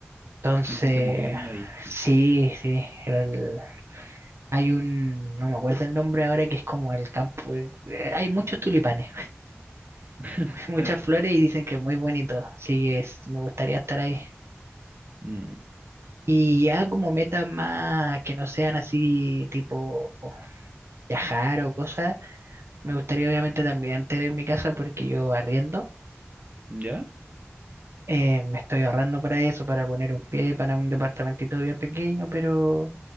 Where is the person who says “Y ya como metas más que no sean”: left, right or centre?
Right